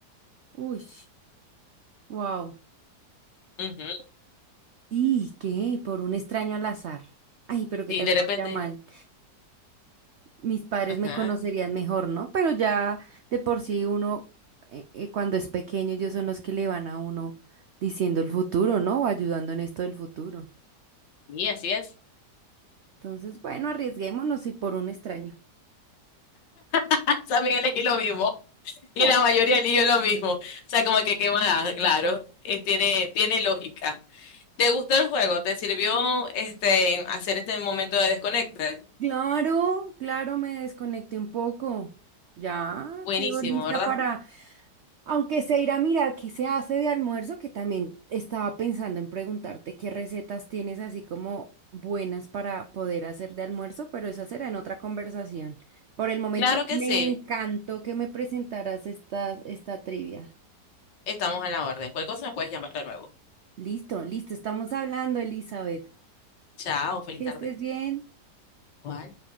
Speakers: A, on the right (about 80°); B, on the left (about 85°).
A: uy, wow.
B: Ujú.
A: ¿Y qué? Por un extraño al azar. Ay, pero que
B: Y
A: tal
B: de
A: me
B: repente,
A: vaya mal. Mis padres
B: ajá,
A: me conocerían mejor, ¿no? Pero ya de por sí uno, eh, eh, cuando es pequeño, ellos son los que le van a uno diciendo el futuro, ¿no? O ayudando en esto del futuro.
B: y así es.
A: Entonces, bueno, arriesguémonos y por un extraño.
B: <laughs> También elegí lo mismo. Y
A: Sí.
B: la mayoría eligió lo mismo. O sea, como que qué más, claro. Eh, tiene, tiene lógica. ¿Te gustó el juego? ¿Te sirvió este hacer este momento de desconecte?
A: Claro, claro, me desconecté un poco. Ya
B: Buenísimo,
A: quedo lista
B: ¿verdad?
A: para, aunque sea ir a mirar qué se hace de almuerzo, que también estaba pensando en preguntarte qué recetas tienes así como buenas para poder hacer de almuerzo, pero esa será en otra conversación. Por el momento,
B: Claro que
A: me
B: sí.
A: encantó que me presentaras esta, esta trivia.
B: Estamos a la orden. Cualquier cosa me puedes llamar de nuevo.
A: Listo, listo, estamos hablando, Elizabeth.
B: Chao, feliz
A: Que
B: tarde.
A: estés bien.
B: cuál